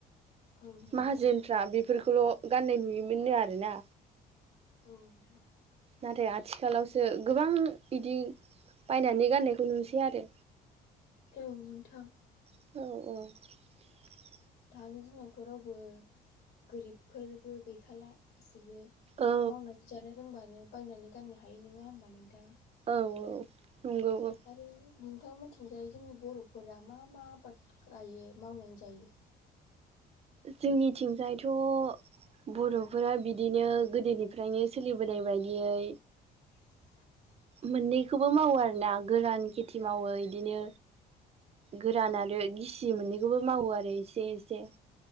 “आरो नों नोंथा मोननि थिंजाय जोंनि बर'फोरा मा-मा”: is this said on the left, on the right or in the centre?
Left